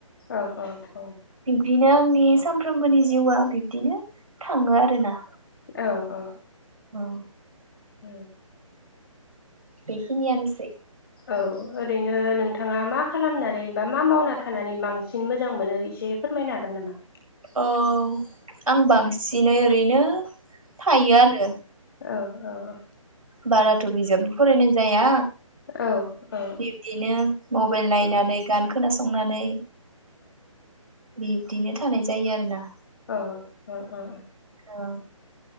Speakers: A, on the left (about 45°); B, on the right (about 85°).
A: ओ ओ औ
B: बिनो आंनि सानफ्रोमबोनि जिउआ बिब्दिनो थाङो आरोना
A: ओ ओ
B: अ
A: ओ
B: बेखिनि आनोसै
A: औ ओरैनो नोंथाङा मा खालामनानै बा मा मावना थानानै बांसिन मोजां मोनो एसे फोरमायनो हागोन नामा
B: ओ आं बांसिन जिनै ओरैनो थायो आरो
A: ओ ओ ओ
B: बाराथ' बिजाबबो फरायनाय जाया
A: औ औ
B: बिब्दिनो मबाइल नायनानै
A: औ
B: गानखो खोनासंनानै बिब्दिनो थानाय जायो आरो ना
A: ओ ओ ओ
B: दा